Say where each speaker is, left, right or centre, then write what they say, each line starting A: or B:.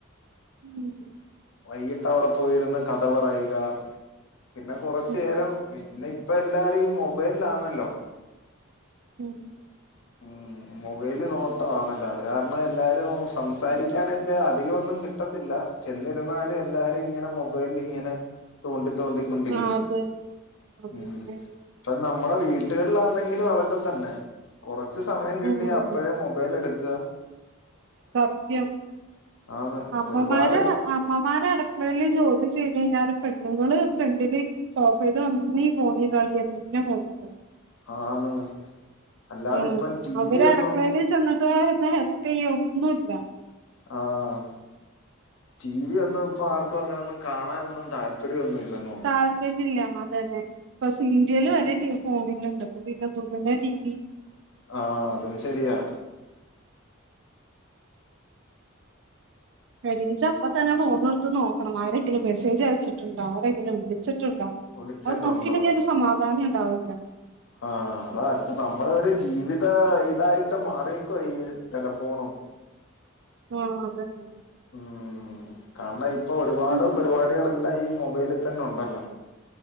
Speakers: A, on the right; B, on the left.
A: ഉം
B: വൈകിട്ട് അവിടെ പോയിര്ന്ന് കഥ പറയുക പിന്നെ കുറച്ചേരം
A: ഉം
B: മിന്നപ്പൊ എല്ലാരും ഈ മൊബൈലാന്നല്ലോ
A: ഉം
B: ഉം മൊബൈല് നോട്ട് വാണല്ലോ അത് കാരണം എല്ലാരും സംസാരിക്കാനൊക്കെ അധികന്നും കിട്ടത്തില്ല ചെന്നിരുന്നാലും എല്ലാരും ഇങ്ങനെ മൊബൈലി ഇങ്ങനെ തോണ്ടി തോണ്ടിക്കൊണ്ടിരിക്കും
A: ആഹ് അതെ അതന്നെ
B: ഉം പ നമ്മുടെ വീട്ടുകളിലാണെങ്കിലും അതൊക്കെ തന്നെ കുറച് സമയം കിട്ടി
A: ഉം
B: അപ്പഴേ മൊബൈൽ എടുക്ക
A: സത്യം
B: ആന്ന്
A: അമ്മമാരാ
B: ഒരുപാട്
A: അമ്മമാരു അടുക്കളയില് ജോലി ചെയ്ത് കഴിഞ്ഞാല് പെണ്ണുങ്ങള് ഫ്രണ്ടില് സോഫയിലും അന്നീ ഫോണീ കളി എല്ലാം <unintelligible>
B: ആന്ന് അല്ലാതെ
A: ഉം
B: ഇപ്പം ടി
A: അവര്
B: വി ഒന്നും
A: അടുക്കളയിൽ ചെന്നിട്ട് ഒന്ന് ഹെൽപ് ചെയ്യും ഒന്നും ഇല്ല
B: ആഹ ടി വി ഒന്നും ഇപ്പൊ ആർക്കും അങ്ങനൊന്നും കാണാനൊന്നും താല്പര്യ ചെടിയൊന്നുമില്ലന്നോ
A: താല്പര്യംമില്ല അത് തന്നെ ഇപ്പൊ സീരിയല്
B: ഇത്
A: വരെ ടി ഫോണിലുണ്ട് പ്പ പിന്നെ എന്തോന്നെ ടി വി
B: ആഹ അതും ശരിയാ
A: എണീച്ച അപ്പ തന്നെ ഫോണ എടുത്ത് നോക്കണം ആരെങ്കിലും മെസ്സേജ് അയച്ചിട്ടുണ്ടോ ആരെങ്കിലും വിളിച്ചിട്ടുണ്ടോ?
B: വിളിച്ചിട്ടുണ്ടോ
A: അത് നോക്കില്ലങ്കിൽ ഒരു സമാധാനം ഉണ്ടാവില്ല
B: ആഹ അതാ ഇപ്പൊ നമ്മളെ ഒരു ജീവിത ഇതായിട്ട് മാറക്കോ ഈ ഒരു ടെലഫോണും
A: ആഹ അതെനെ
B: ഉം കാരണം ഇപ്പൊ ഒരുപാട്
A: ഉം
B: പരിപാടികൾെല്ലാം ഈ മൊബൈലിൽ തന്നെ ഉണ്ടല്ലോ